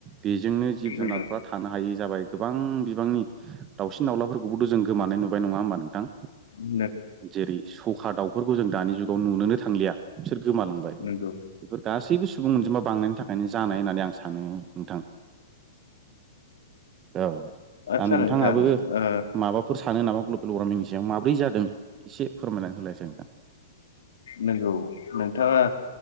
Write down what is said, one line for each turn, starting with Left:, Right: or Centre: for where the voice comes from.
Right: बेजोंनो जिब
Left: नंगौ
Right: जुनारफ्रा थानो हायि जाबाय। गोबां बिबांनि दाउसिन दाउलाफोरखौबोथ' जों गोमानाय नुबाय नङा होमबा नोंथां?
Left: उ
Right: जेरै सखा दाउफोरखौ जों दानि जुगाव नुनोनो थांलिया बिसोर गोमालांबाय।
Left: नंगौ
Right: बेफोर गासैबो सुबुं अनजिमा बांनायनि थाखायनो जानाय होननानै आं सानो नोंथां। औ
Left: आतसा
Right: दा नोंथाङाबो
Left: नोंथां ओ
Right: माबाफोर सानो नामा? <unintelligible> सायाव माब्रै जादों एसे फोरमायना होलायसाय नोंथां?
Left: नंगौ नोंथाङा